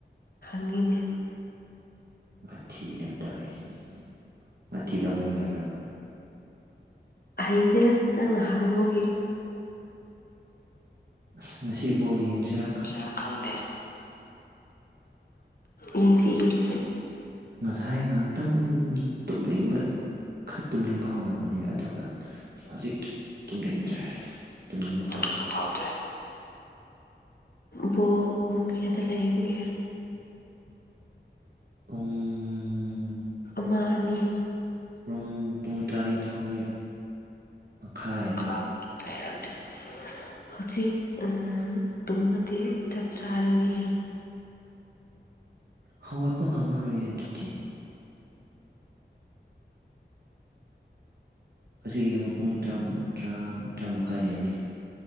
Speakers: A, on the left (about 55°); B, on the right (about 60°).
A: ꯍꯪꯉꯤꯅꯦ꯫
B: ꯋꯥꯊꯤ ꯌꯥꯝ ꯇꯧꯋꯦ ꯁꯤ ꯅꯨꯄꯤꯁꯦ ꯋꯥꯊꯤ ꯇꯧꯕ ꯌꯥꯝ ꯍꯩꯕ꯭ꯔꯥꯕ
A: ꯍꯩꯇꯦꯗ ꯅꯪꯅ ꯍꯪꯉꯨꯒꯤ
B: ꯑꯁ ꯉꯁꯤ ꯕꯣꯜ ꯌꯦꯡꯁꯤꯔ
A: ꯁꯤꯔ ꯈꯪꯗꯦ ꯌꯦꯡꯁꯤ ꯌꯦꯡꯁꯤ
B: ꯉꯁꯥꯏ ꯉꯥꯛꯇꯪ ꯇꯨꯝꯅꯤꯡꯕ ꯈꯔ ꯇꯨꯝꯅꯤꯡꯕ ꯍꯧꯔꯕꯅꯦ ꯑꯗꯨꯒ ꯍꯧꯖꯤꯛ ꯇꯨꯝꯅꯤꯡꯗ꯭ꯔꯦ ꯇꯨꯝꯅꯤꯡꯕ
A: ꯇꯨꯝꯅꯤꯡꯕ ꯐꯥꯎꯗ꯭ꯔꯦ ꯕꯣꯜ ꯄꯨꯡ ꯀꯌꯥꯗ ꯂꯩꯕꯒꯦ꯫
B: ꯎꯝ
A: ꯑꯃ ꯑꯅꯤ
B: ꯄꯨꯡ ꯄꯨꯡ ꯇꯔꯥꯅꯤꯊꯣꯏ ꯃꯈꯥꯏ
A: ꯈꯥꯏ ꯂꯩꯔꯝꯅꯤ꯫ ꯍꯧꯖꯤꯛ ꯎ ꯇꯨꯝꯃꯗꯤ ꯆꯞ ꯆꯥꯔꯅꯤꯌꯦ
B: ꯍꯧꯒꯠꯄ ꯉꯝꯃꯔꯣꯏꯌꯦ ꯑꯗꯨꯗꯤ ꯍꯧꯖꯤꯛ ꯌꯦꯡꯉꯣ ꯄꯨꯡ ꯇꯔꯝ ꯇꯔꯥ ꯇꯔꯥꯃꯥꯏ ꯍꯦꯜꯂꯦ